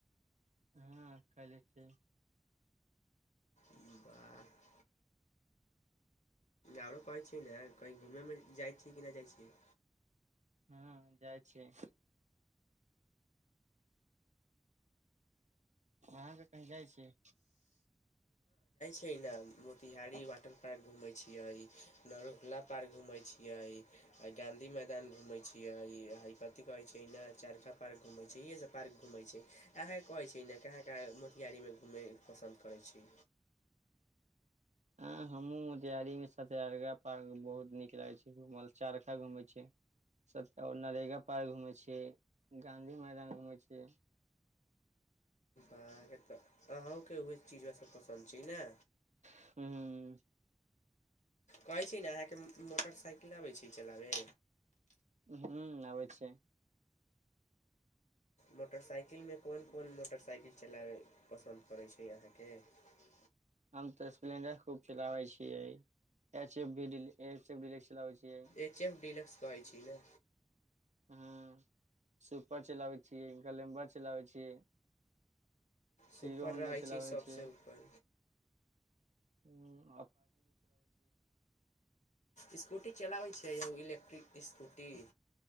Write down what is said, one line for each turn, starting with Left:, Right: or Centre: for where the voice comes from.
Right: हँ खैले छियै
Left: वाह आरो कहै छियै ने कहीँ घूमयमे जाइ छीय कि नहि जाइ छीय
Right: हँ जाइ छियै अहाँ के कहीँ जाइ छियै
Left: कहीं ना मोतिहारी वाटर पार्क घूमेै छियै न रुखला पार्क घूमे छीयै आ गांधी मैदान घूमे छीयै आ कथि कहै छै चरखा पार्क घूमे छै इे सब पार्क घूमे छै अहाँके कहे छै कहा कहा गाड़ी मे घुमै पसन्द करै छी
Right: हँ हमहूँ मोतिहारी मे सतियरगा पार्क बहुत नीक लागैत छै चारखा घूमै छियै नरेगा पार्क घूमेै छियै गाँंधी मैदान घूमै छियै
Left: अहाँ केत अहूँके उहे चीज सब पसन्द छै ने
Right: हुं
Left: कहै छी ने अहाँके मोटरसाइकिल अबै छै चलाबै
Right: हू आबै छै
Left: मोटरसाइकिल मे कोन कोन मोटरसाइकिल चलाबय पसन्द पड़ैत छै अहाँके ह
Right: हम तऽ स्प्लेंडर खूब चलाबै छियै एच एफ भी एच एफ डिलेक्स चलाबै छियै
Left: एच एफ डीलफ्स कहै छी ने
Right: हँ सुपर चलाबै छी ग्लेमर चलाबै छी
Left: सुपर
Right: हीरो हौंडा
Left: रहै
Right: चलाबै
Left: छै सबसे
Right: छी
Left: ऊपर
Right: हू
Left: इस्कूटी चलाबै छै आ उ इलेक्ट्रिक इस्कूटी